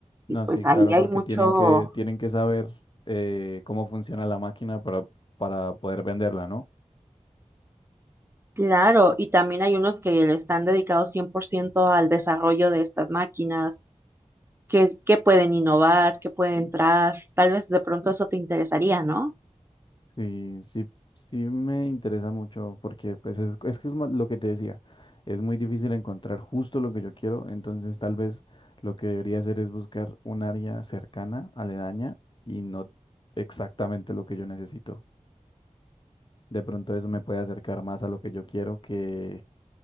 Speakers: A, on the left (about 40°); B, on the right (about 20°).
A: No,
B: Y pues
A: sí, claro,
B: ahí hay
A: porque
B: mucho,
A: tienen que, tienen que saber eh, cómo funciona la máquina para, para poder venderla, ¿no?
B: claro, y también hay unos que le están dedicados 100% al desarrollo de estas máquinas, que, que pueden innovar, que pueden entrar. Tal vez de pronto eso te interesaría, ¿no?
A: Sí, sí, sí me interesa mucho porque pues es, es que es mo- lo que te decía, es muy difícil encontrar justo lo que yo quiero, entonces tal vez lo que debería hacer es buscar un área cercana, aledaña y no exactamente lo que yo necesito. De pronto eso me puede acercar más a lo que yo quiero que,